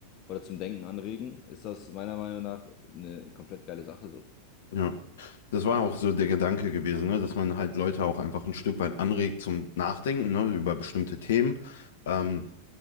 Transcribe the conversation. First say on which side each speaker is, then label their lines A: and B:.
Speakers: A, on the left; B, on the left.
A: oder zum Denken anregen, ist das meiner Meinung nach eine komplett geile Sache so.
B: Ja, das war auch so der Gedanke gewesen, ne? Dass man halt Leute auch einfach ein Stück weit anregt zum Nachdenken, ne? Über bestimmte Themen. Ähm,